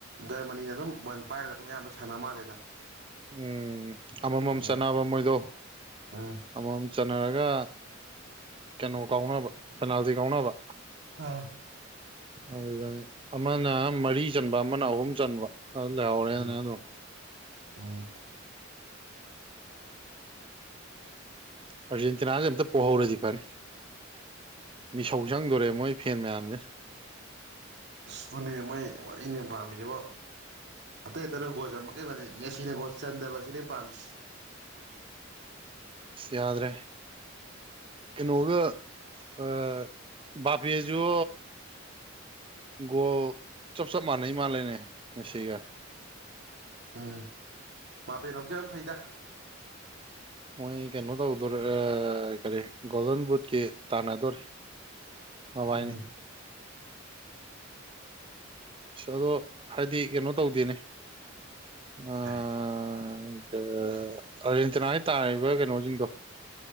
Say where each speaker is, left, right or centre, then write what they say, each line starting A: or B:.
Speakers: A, on the right; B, on the right.
A: ꯃꯔꯃꯅꯤꯅ ꯑꯗꯨꯝ ꯕꯣꯜ ꯄꯥꯏꯔꯒ ꯑꯗꯨꯝ ꯑꯌꯥꯝꯕ ꯁꯥꯟꯅ ꯃꯥꯜꯂꯦꯗ
B: ꯎꯝ ꯑꯃꯃꯝ
A: ꯎꯝ
B: ꯆꯟꯅꯕ ꯃꯣꯏꯗꯣ
A: ꯎꯝ
B: ꯑꯃꯃꯝ ꯆꯟꯅꯔꯒ ꯀꯩꯅꯣ ꯀꯥꯎꯅꯕ ꯄꯦꯅꯥꯜꯇꯤ ꯀꯥꯎꯅꯕ
A: ꯑꯥ
B: ꯑꯗꯨꯗꯅꯤ ꯑꯃꯅ ꯃꯔꯤ ꯆꯟꯕ ꯑꯃꯅ ꯑꯍꯨꯝ ꯆꯟꯕ ꯑꯗꯨ ꯂꯩꯍꯧꯔꯦꯅ
A: ꯎꯝ
B: ꯑꯗꯨꯝ
A: ꯎꯝ
B: ꯑꯥꯔꯖꯦꯟꯇꯤꯅꯥꯁꯦ ꯑꯝꯇ ꯄꯣꯍꯧꯔꯗꯤ ꯐꯅꯤ ꯃꯤꯁꯧ ꯆꯪꯗꯣꯔꯦ ꯃꯣꯏ ꯐꯦꯟ ꯃꯌꯥꯝꯁꯤꯅ
A: ꯑꯁ ꯑꯗꯨꯅꯦ ꯃꯣꯏ ꯑꯩꯅ ꯄꯥꯝꯃꯤꯖꯤꯕꯣ ꯑꯇꯩ ꯑꯇꯩꯅ ꯒꯣꯜ ꯆꯟꯕ ꯀꯦꯝ ꯈꯟꯗꯦ ꯃꯦꯁꯤꯅ ꯒꯣꯜ ꯆꯟꯗꯕꯁꯤꯅꯦ ꯄꯥꯝꯃꯤꯁꯤ
B: ꯑꯁ ꯌꯥꯗ꯭ꯔꯦ ꯀꯩꯅꯣꯒ ꯑ ꯕꯥꯄꯦꯖꯨ ꯒꯣꯜ ꯆꯞ ꯆꯞ ꯃꯥꯟꯅꯩ ꯃꯥꯜꯂꯦꯅꯦ ꯃꯦꯁꯤꯒ
A: ꯎꯝ ꯕꯥꯥꯄꯦ ꯂꯧꯖꯕꯟ ꯐꯩꯗꯥ
B: ꯃꯣꯏ ꯀꯩꯅꯣ ꯇꯧꯗꯣꯔꯦ ꯑ ꯀꯔꯤ ꯒꯣꯜꯗꯟ ꯕꯨꯠꯀꯤ ꯇꯥꯟꯅꯗꯣꯔꯦ ꯃꯕꯥꯥꯏꯅꯤ
A: ꯎꯝ
B: ꯑꯁ ꯑꯗꯣ ꯍꯥꯏꯗꯤ ꯀꯩꯅꯣ ꯇꯧꯗꯦꯅꯦ ꯑ
A: ꯇꯔꯦ
B: ꯑ ꯀ ꯑꯥꯔꯖꯦꯟꯇꯤꯅꯥꯒꯤ ꯇꯥꯔꯤꯕ ꯀꯩꯅꯣꯖꯤꯡꯗꯣ